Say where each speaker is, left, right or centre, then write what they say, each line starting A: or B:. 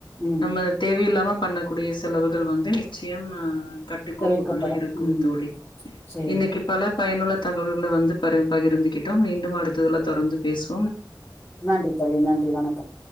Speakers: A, on the left (about 35°); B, on the left (about 80°).
A: ம்
B: நம்ம தேவ இல்லாம பண்ணக்கூடிய செலவுகள் வந்து நிச்சயம்அ கட்டுக்கோப்புக்குள்ள
A: தவிர்க்கப்படும்
B: இருக்கு
A: ம்
B: தோழி
A: சேரி
B: இன்னக்கி பல பயனுள்ள தகவல்கள வந்து பரு பகிர்ந்துகிட்டோம் மீண்டும் அடுத்ததுல தொடர்ந்து பேசு
A: நன்றி தோழி நன்றி வணக்கம்